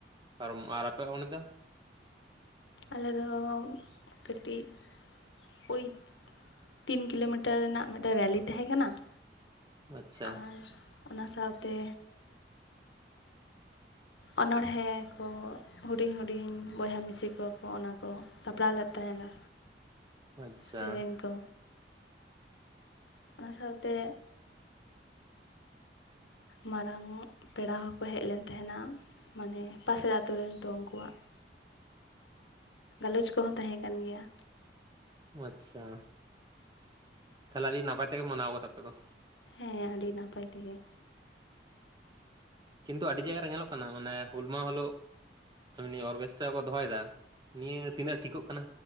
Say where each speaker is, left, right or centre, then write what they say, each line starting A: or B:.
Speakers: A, on the right (about 25°); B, on the left (about 85°).
A: ᱯᱟᱨᱚᱢᱚᱜᱼᱟ, ᱟᱨ ᱟᱯᱮ ᱚᱸᱰᱮ ᱫᱚ?
B: ᱟᱞᱮ ᱫᱚ, ᱠᱟᱹᱴᱤᱡᱼᱼ ᱳᱭ ᱛᱤᱱ ᱠᱤᱞᱳᱢᱤᱴᱟᱨ ᱨᱮᱱᱟᱜ ᱢᱤᱫᱴᱮᱱ ᱨᱮᱞᱤ ᱛᱟᱦᱮᱸ ᱠᱟᱱᱟ ᱾
A: ᱟᱪᱪᱷᱟ
B: ᱟᱨ ᱚᱱᱟ ᱥᱟᱶᱛᱮᱼᱼ ᱚᱱᱚᱬ ᱦᱮ ᱠᱚ ᱦᱩᱰᱤᱧ ᱦᱩᱰᱤᱧ ᱵᱚᱭᱦᱟ ᱢᱤᱥᱤ ᱠᱚᱠᱚ ᱚᱱᱟ ᱠᱚ ᱥᱟᱯᱲᱟᱣ ᱞᱮᱫ ᱛᱟᱦᱮᱱᱟ᱾
A: ᱟᱪᱪᱷᱟ
B: ᱥᱮᱨᱮᱧ ᱠᱚ ᱚᱱᱟ ᱥᱟᱶᱛᱮ ᱢᱟᱨᱟᱝᱼᱚᱜ ᱯᱮᱲᱟ ᱦᱚᱸᱠᱚ ᱦᱮᱡ ᱞᱮᱱ ᱛᱟᱦᱮᱱᱟ ᱢᱟᱱᱮ ᱯᱟᱥᱮᱨ ᱟᱛᱩ ᱨᱮᱱ ᱛᱚ ᱩᱱᱠᱩᱣᱟᱜ ᱾ ᱜᱟᱞᱚᱪ ᱠᱚᱦᱚᱸ ᱛᱟᱦᱮᱸ ᱠᱟᱱ ᱜᱮᱭᱟ᱾
A: ᱟᱪᱪᱷᱟ, ᱛᱟᱦᱞᱮ ᱟᱹᱰᱤ ᱱᱟᱯᱟᱭ ᱛᱮᱜᱮ ᱢᱟᱱᱟᱣ ᱠᱟᱫᱟᱯᱮ ᱟᱯᱮ ᱫᱚ ᱾
B: ᱦᱮᱸ ᱟᱹᱰᱤ ᱱᱟᱯᱟᱭ ᱛᱮᱜᱮ.
A: ᱠᱤᱱᱛᱩ ᱟᱹᱰᱤ ᱡᱟᱭᱜᱟ ᱨᱮ ᱧᱮᱞᱚᱜ ᱠᱟᱱᱟ ᱢᱟᱱᱮ ᱦᱩᱞ ᱢᱟᱦᱟ ᱦᱤᱞᱳᱜ ᱮᱢᱱᱤ ᱚᱨᱼᱼᱼ <unintelligible> ᱠᱚ ᱫᱚᱦᱚᱭ ᱮᱫᱟ ᱱᱤᱭᱟᱹ ᱛᱤᱱᱟᱹᱜ ᱴᱷᱤᱠᱚᱜ ᱠᱟᱱᱟ